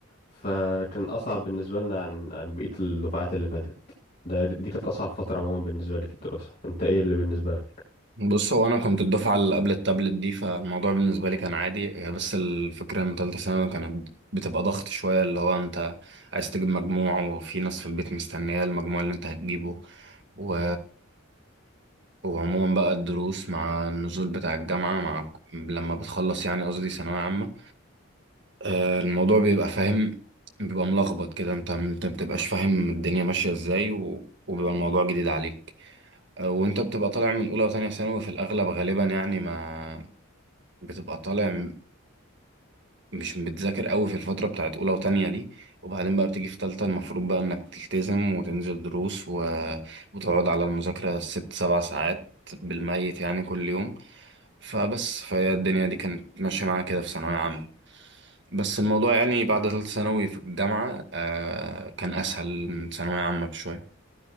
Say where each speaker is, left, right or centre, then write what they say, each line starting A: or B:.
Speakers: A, on the left; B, on the right.
A: فكان أصعب بالنسبة لنا عن عن بقية الدفعات اللي فاتت ده دي كانت أصعب فترة عموما بالنسبة لي في الدراسة أنت إيه اللي بالنسبة لك؟
B: بص هو انا كنت الدفعه اللي قبل التابلت دي فالموضوع بالنسبه لي كان عادي هي بس الفكره ان ثالثه ثانوي كانت بتبقى ضغط شويه اللي هو انت عايز تجيب مجموع وفي ناس في البيت مستنيه المجموع اللي انت هتجيبه و... وعموما بقى الدروس مع النزول بتاع الجامعه مع لما بتخلص يعني قصدي ثانويه عامه آه، الموضوع بيبقى فاهم بيبقى ملخبط كده انت انت ما بتبقاش فاهم الدنيا ماشيه ازاي و... وبيبقى الموضوع جديد عليك وانت بتبقى طالع من اولى وتانية ثانوي في الاغلب غالبا يعني ما بتبقى طالع م- مش بتذاكر قوي في الفترة بتاعت اولى وتانية دي وبعدين بقى بتيجي في تالتة المفروض بقى انك تلتزم وتنزل دروس و... وتقعد على المذاكرة ست سبع ساعات بالميت يعني كل يوم فبس فهي الدنيا دي كانت ماشية معايا كده في ثانوية عامة بس الموضوع يعني بعد تالتة ثانوي في الجامعة آه كان أسهل من ثانوية عامة بشوية